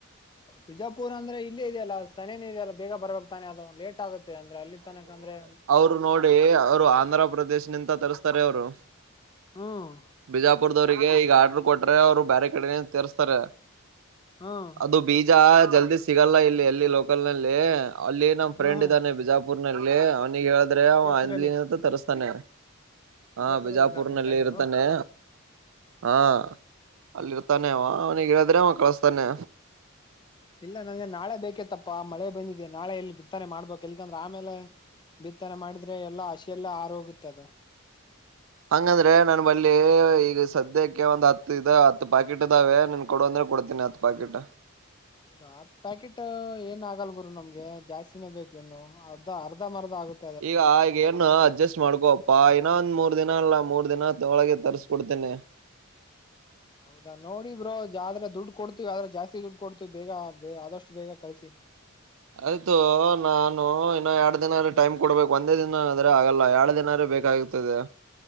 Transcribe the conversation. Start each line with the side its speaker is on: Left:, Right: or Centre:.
Left: ಬಿಜಾಪುರ್ ಅಂದ್ರೆ ಇಲ್ಲೇ ಇದೆಯಲ್ಲ ಸನೇನೇ ಇದೆ ಅಲ್ಲ ಬೇಗ ಬರ್ಬೇಕ್ ತಾನೆ ಅದು ಲೇಟ್. ಟಾಗುತ್ತೆ ಅಂದ್ರೆ ಅಲ್ಲಿ ತನಕಂದ್ರೆ.
Right: ಇವ್ರ್ ನೋಡಿ ಅವ್ರು ಆಂಧ್ರ ಪ್ರ್ರದೇಶ್ ನಿಂದ ತರುಸ್ತಾರೆ ಅವ್ರು
Left: ಹ್ಮ್
Right: ಬಿಜಾ ಪುರ್ದವ್ರ್ಗೆ ಈಗ ಆಡ್ರು ಕೊಟ್ರೆ ಅವ್ರು ಬೇರೆ ಕಡೆಲಿಂದ್ ತರುಸ್ತಾರೆ
Left: ಹ್ಮ್
Right: ಅದು. ಬೀಜ ಜಲ್ದಿ ಸಿಗಲ್ಲ ಇಲ್ಲಿ ಎಲ್ಲು ಲೋಕಲ್ ನಲ್ಲಿ ಅಲ್ಲಿ ನಮ್ಮ್ ಫ್ರೆಂಡ್
Left: ಹ್ಮ್ ಹ್ಮ್
Right: ಇದ್ದಾನೆ ಬೀಜ ಪೂರ್ನಲ್ಲಿ ಅವ್ನಿಗ್ ಹೇಳಿದ್ರೆ
Left: ಬಿಜಾಪುರಲ್ಲಿ
Right: ಅವ ಅಲ್ಲಿನಿಂದ ತರುಸ್ತಾನೆ. ಹಾ
Left: ಬಿಜಾಪುರಲ್ಲಿ
Right: ಬಿಜಾಪುರ್ನಲ್ಲಿ
Left: ಇದ ನಿಮ್ ಫ್ರೆಂಡು
Right: ಇರ್ತಾನೆ ಹಾ. ಅಲ್ಲಿರ್ತಾನೆ ಅವ ಅವ್ನಿಗ್ ಹೇಳಿದ್ರೆ ಅವ ಕಳಸ್ತಾನೆ.
Left: ಇಲ್ಲ ನನ್ಗೆ ನಾಳೆ ಬೇಕಿತ್ತಪ್ಪ ಮಳೆ ಬಂದಿದೆ ನಾಳೆ ಇಲ್ ಬಿತ್ತನೆ ಮಾಡ್ಬಬೇಕ್ ಎಲ್ಕಂದ್ರೆ ಆಮೇಲೆ. ಬಿತ್ತನೆ ಮಾಡಿದ್ರೆ ಎಲ್ಲಾ ಹಶಿ ಎಲ್ಲ ಆರೋಗುತ್ತದು.
Right: ಹಂಗಂದ್ರೆ ನನ್ ಬಲ್ಲಿ ಇಗ್ ಸದ್ಯಕ್ಕೆ ಒಂದ್ ಹತ್ ಇದವ್ ಹತ್ತು ಪಾಕಿಟ್ ಇದಾವೆ ನಿನ್ ಕೊಡ ಅಂದ್ರೆ ಕೊಡ್ತೀನಿ ಅತ್. ಪಾಕಿಟ್ಟ.
Left: ಹೌದಾ. ಹತ್ ಪ್ಯಾಕಿಟು ಏನ್ ಆಗಲ್ ಗುರು ನಮ್ಗೆ ಜಾಸ್ತಿನೇ ಬೇಕಿನ್ನು ಅದ್ ಅರ್ಧಂಬಾರ್ದ ಆಗುತ್.
Right: ಈಗ ಏನು ಅಜಸ್ಟ್. ಮಾಡ್ಕೊಪ್ಪಾ ಇನ ಒಂದ್ ಮೂರ್ ದಿನ ಅಲ್ಲ ಮೂರ್ ದಿನದೊಳಗೆ ತರ್ಸ್ಕಕೊಡ್ತೇನಿ.
Left: ಹೌದಾ ನೋಡಿ ಬ್ರೋ ಆದ್ರೆ ದುಡ್ ಕೊಡ್ತೀವ್ ಆದ್ರೆ ಜಾಸ್ತಿ ದುಡ್ ಕೊಡ್ತೀವ್ ಬೇಗ ಬೆ ಆದಷ್ಟ್ ಬೇಗ ಕಳ್ಸಿ.
Right: ಆಯ್ತು ನಾನು ಇನ್ನ ಎರಡ್ ದಿನ ಟೈಮ್ ಕೊಡ್ಬೇಕು ಒಂದೇ ದಿನ ಅದ್ರೆ ಆಗಲ್ಲ ಎರಡ್ ದಿನ ರ ಬೇಕಾಗ್ ತದ.